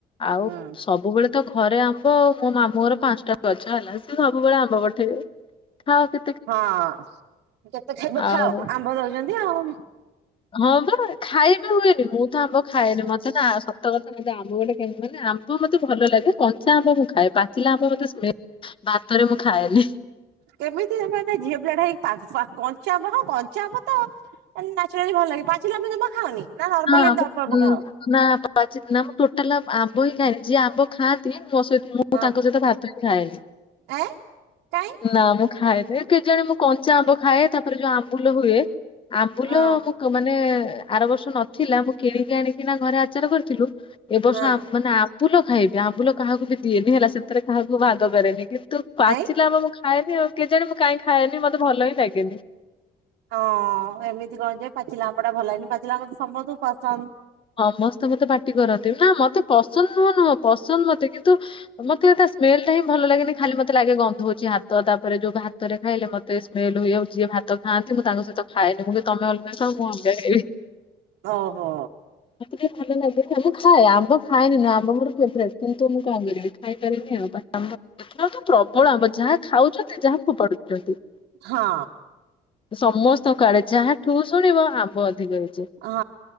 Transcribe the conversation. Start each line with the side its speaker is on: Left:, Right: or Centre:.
Left: ଆଉ
Right: ହୁଁ
Left: ସବୁବେଳେ ତ ଘରେ ଆମ୍ବ ଆଉ। ମୋ ମାମୁଁଙ୍କର ପାଞ୍ଚଟା ଗଛ ହେଲା ସିଏ ସବୁବେଳେ ଆମ୍ବ ପଠେଇବେ। <unintelligible>
Right: ହଁ କେତେ ଖାଇବ
Left: ଆଉ
Right: ଖାଅ, ଆମ୍ବ ଦଉଛନ୍ତି ଆଉ।
Left: ହଁ ବା ଖାଇବି ହୁଏନି, ମୁଁ ତ ଆମ୍ୱ ଖାଏନି। ମତେ ନା ସତ କଥା ମତେ ଆମ ଗୋଟେ କେମିତି ମାନେ ଆ ଆମ୍ବ ମୋତେ ଭଲ ଲାଗେ, କଞ୍ଚା ଆମ୍ବ ମୁଁ ଖାଏ। ପାଚିଲା ଆମ୍ବ ମୋତେ <unintelligible> ଭାତରେ ମୁଁ ଖାଏନି।
Right: କେମିତି ମାନେ ଝିଅପିଲାଟା ହେଇ କଞ୍ଚାଆମ୍ୱ କଞ୍ଚାଆମ୍ୱ ତ <unintelligible> ଭଲ ଲାଗେ ପାଚିଲା ଆମ୍ବ ଜମା ଖାଅନି? ନା କଣ ଏମିତି
Left: ଆମ
Right: ଅଳପ ଅଳପ
Left: ଉଁ
Right: ଖାଅ?
Left: ନା ପାଚିଥିଲା ଆମ୍ୱ ଟୋଟାଲ ଆମ୍ବ ହିଁ ଖାଇନି, ଯିଏ ଆମ୍ବ ଖାଆ ନ୍ତି ମୋ ସହି ମୁଁ
Right: ହଁ
Left: ତାଙ୍କ ସହିତ ଭାତ ହିଁ ଖାଏନି।
Right: ଏଁ କାଇଁ
Left: ନା ମୁଁ ଖାଏନି କେଜାଣେ ମୁଁ କଞ୍ଚାଆମ୍ବ ଖାଏ, ତାପରେ ଯୋଉ ଆମ୍ବୁଲ ହୁଏ ଆମ୍ବୁଲ
Right: ହଁ
Left: ମୁଁ ମାନେ ଆର ବର୍ଷ ନଥିଲା, ମୁଁ କିଣିକି ଆଣିକିନା ଘରେ ଆଚାର କରିଥିଲୁ। ଏ ବର୍ଷ
Right: ହଁ
Left: ମାନେ ଆମ ଆମ୍ବୁଲ ଖାଇବି ଆମ୍ବୁଲ କାହାକୁ ବି ଦିଏନି ହେଲା, ସେଥିରେ କାହାକୁ ଭାଗ କରେନି କିନ୍ତୁ ପାଚିଲା
Right: ଏଇ
Left: ଆମ୍ୱ ଖାଏନି ଆଉ କେଜାଣି ମୁଁ କାଇଁ ଖାଏନି, ମତେ ଭଲ ହିଁ ଲାଗେନି।
Right: ହଁ ଏମିତି କଣ ଯେ ପାଚିଲା ଆମ୍ବଟା ଭଲ ଲାଗେନି, ପାଚିଲା ଆମ୍ବଟା ସମସ୍ତଙ୍କୁ କଞ୍ଚା ଆ
Left: ସମସ୍ତେ ମତେ ପାଟି କରନ୍ତି, ନା ମତେ ପସନ୍ଦ ନୁହଁ ନୁହଁ ପସନ୍ଦ ମତେ କିନ୍ତୁ ମତେ ତା ସ୍ମେଲ ଟା ହିଁ ଭଲ ଲାଗେନି। ଖାଲି ମତେ ଲାଗେ ଗନ୍ଧଉଛି ହାତ ତାପରେ ଯୋଉ ଭାତରେ ଖାଇଲେ ମତେ ସ୍ମେଲ ହୁଏ, ଆଉ ଯିଏ ଭାତ ଖାଆନ୍ତି ମୁଁ ତାଙ୍କ ସହିତ ଖାଏନି। ମୁଁ କହେ ତମେ ଅଲଗା ଖାଅ ମୁଁ ଅଲଗା ଖାଇିବି।
Right: ଓ ହୋ।
Left: ମତେ ଟିକେ ଭଲ ଲାଗେନି, ହେଲେ ଖାଏ ଆମ୍ବ ଖାଏନି ନୁହଁ ଆମ୍ବ ମୋର ଫେବରାଇଟ। କିନ୍ତୁ ମୁଁ କଣ କରିବି ଖାଇପାରେନି ଆଉ, ଏଥର ତ ପ୍ରବଳ ଆମ୍ୱ ଯାହା ଖାଉଛନ୍ତି ଯାହା ଫୋପାଡୁଛନ୍ତି।
Right: ହଁ।
Left: ସମସ୍ତଙ୍କ ଆଡେ ଯାହାଠୁ ଶୁଣିବ ଆମ୍ବ ଅଧିକ ହେଇଛି।
Right: ହଁ